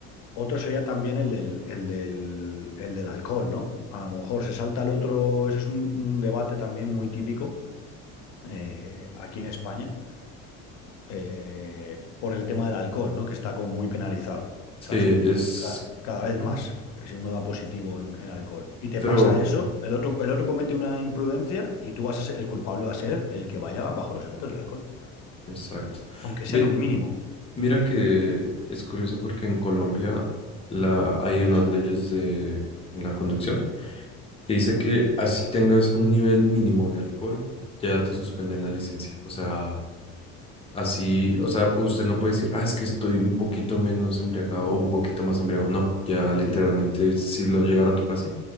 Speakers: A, on the left; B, on the left.
A: Otro sería también el del, el del, el del alcohol, ¿no? A lo mejor se salta el otro, ese es un, un debate también muy típico eh, aquí en España, eh, por el tema del alcohol, ¿no? Que está como muy penalizado.
B: Sí,
A: O sea, si u-
B: es...
A: ca- cada
B: ujú,
A: vez más, si uno da positivo en, en alcohol y te
B: Pero,
A: pasa eso,
B: mm,
A: el otro, el otro comete una imprudencia y tú vas a ser, el culpable va a ser el que vaya bajo los efectos del alcohol,
B: exacto.
A: aunque sean
B: Mi-
A: un mínimo.
B: mira que es curioso porque en Colombia la, hay unas leyes de, en la conducción que dice que así tengas un nivel mínimo de alcohol, ya te suspenden la licencia. O sea, así, o sea, usted no puede decir, ah, es que estoy un poquito menos embriagado o un poquito más embriagado. No, ya literalmente
A: Si,
B: si lo llegara a tocar así.